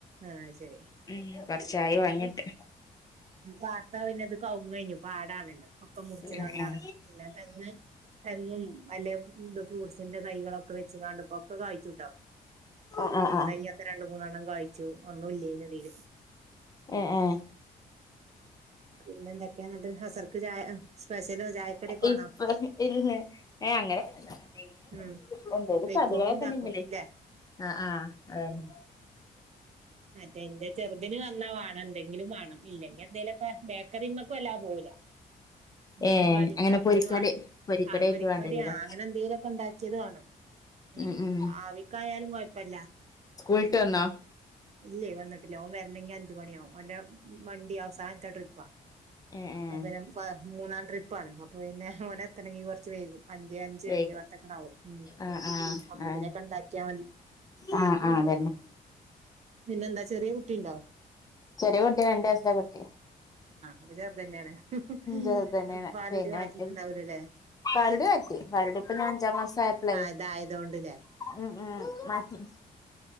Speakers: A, on the right; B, on the left.
A: ആഹ ശരി
B: ഉം കൊറച്ചായി
A: ഇതിപ്പ ഞങ്ങള്
B: വാങ്ങിട്ട്
A: വാർത്താവ പിന്നെത് കവ കഴിഞ്ഞു പാടാണല്ലോ മുറിച്ചതാണ്ടാണ്
B: ഉം
A: പിന്നെ തെങ്ങ് തെങ്ങും അല്ലെ ഫ്രൂട്ട്സിന്റെ കൈകളൊക്കെ വെച്ച് ക ഇപ്പൊക്കെ കായിച്ചുട്ടോ
B: ആ ആ ആ
A: തയ്യൊക്കെ രണ്ട മൂന്നെണ്ണം കായിച്ചു ഒന്നും ഇല്ല ഇ തീര്
B: ഏ ഏ
A: പിന്നെ എന്തൊക്കെയ എന്നിട്ട് ഹസർക്ക് ചായ സ്പെഷ്യല് ചായക്കടിയൊക്കെ
B: ഇപ്പൊ
A: വേണോ
B: ഇന്ന് അങ്ങനെ എന്തെങ്കിലും
A: ഉം
B: എന്തേിലും
A: വൈക്കോങ്കി
B: കടികളൊക്കെണെങ്കിലേ
A: ഇണ്ടാക്കും ല്ലേ
B: ആ ആഹ അതന്നെ
A: ഉം മറ്റേ എന്റെ ചെറുതിന് വന്നാ വേണം എന്തെങ്കിലും വേണം ഇല്ലെങ്കിൽ എന്തേലൊക്കെ ബേക്കറ ല്ലാ പോല എന്തേങ്കലും
B: ഏ
A: കടി
B: അങ്ങനെ
A: ഉണ്ടാക്കിയത്
B: പൊരിക്കടി
A: വേണം
B: പൊരിക്കടി
A: അ
B: ആയിട്ട്
A: പൊരിക്കടിയ
B: വേണ്ടിവരൂല്ലേ
A: അങ്ങനെ എന്തേങ്കലിലുംൊക്കെ ഉണ്ടാക്കിയത് വേണം എ
B: ഉം ഉം
A: ആവിക്കായാലും കൊഴപ്പല്ല
B: സ്ക്കൂൾ വിട്ട് വന്നോ?
A: ഇല്ലേ വന്നിട്ടില്ല. ഓൻ വരണെങ്കി അഞ്ചുമണിയാവും ഓന്റെ വണ്ടി അവസാനത്തെ ട്രിപ്പാ
B: ഏ ഏ
A: അ പിന്നെ ഫ മൂന്നാം ട്രിപ്പാണ്. അപ്പൊ പിന്നെ ഓനെ എത്തണമെങ്കിൽ കുറച്ച് വൈകും അഞ്ചേ അഞ്ച്
B: വേഗ
A: അഞ്ചേ പത്തക്കണാവും. ഉ
B: ആ ആ
A: അപ്പതിനെക്കെ
B: ആ
A: ഉണ്ടാക്കിയാ മതി
B: ആ
A: പിന്നെ
B: ആ അതന്നെ ഉം
A: പിന്നെന്താ ചെറിയ കുട്ടിണ്ടോ
B: ചെറിയ കുട്ടിയ രണ്ട് വയസായ കുട്ടി
A: പ്പ ചെർതന്നെയാണ് ഹ്
B: ചെറുത് തന്നെയാണ്
A: ഹി പാലുടി
B: പിന്നെ
A: മാറ്റിട്ടുണ്ടാവലോല്ലേ
B: മറ്റേ പാലുടി മാറ്റി പാലുടിപ്പൊ ഞാ അഞ്ചാം മാസം ആയപ്പളേ
A: ആഹ് ഇതായതോണ്ട്ല്ലേ
B: ഉം ഉം മാറ്റി